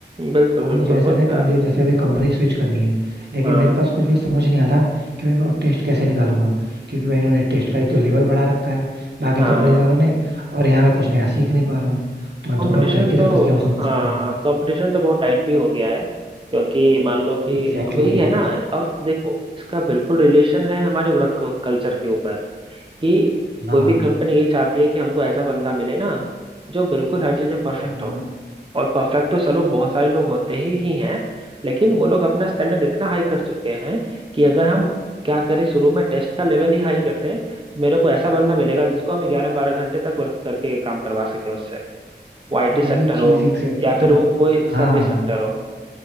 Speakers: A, on the right (about 30°); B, on the right (about 70°).
A: बिल्कुल
B: अब
A: बिल्कुल
B: मुझे ऐसा
A: होता
B: है ना कि मुझे जैसे अभी कंपनी स्विच करनी है लेकिन
A: हाँ
B: मेरे पास कुछ भाई समझ नहीं आ रहा कि भाई मैं टेस्ट कैसे निकालूंगा क्योंकि भाई इन्होंने टेस्ट का एक तो लेवल बढ़ा रखा है बाकी
A: हाँ
B: कंपनी वालों ने और यहाँ मैं कुछ नया सीख नहीं पा रहा हूँ तो मैं
A: कंपटीशन
B: दोनों तरीके से
A: तो
B: फंस गया हूँ समझ
A: हाँ
B: सकते हो
A: कंपटीशन तो बहुत टाइट भी हो गया है क्योंकि मान लो कि
B: एग्जैक्टली
A: अब यही
B: exactly,
A: है ना और देखो इसका बिल्कुल रिलेशन है हमारे वर्क कल्चर के ऊपर कि
B: हाँ
A: कोई भी कंपनी यही चाहती है कि हमको ऐसा बंदा मिले ना जो बिल्कुल हर चीज में परफेक्ट
B: हम्म,
A: हो और परफेक्ट तो चलो बहुत सारे लोग होते ही ही हैं लेकिन वो लोग अपना स्टैंडर्ड इतना हाई कर चुके हैं कि अगर हम क्या करें शुरू में टेस्ट का लेवल ही हाई कर दें तो मेरे को ऐसा बंदा मिलेगा जिसको हम ग्यारह बारह घंटे तक वर्क करके काम करवा सके वो आईटी
B: वही
A: सेक्टर
B: चीज
A: हो
B: एग्जैक्टली
A: या
B: exactly,
A: फिर
B: तुम
A: वो कोई
B: हाँ
A: सर्विस सेक्टर हो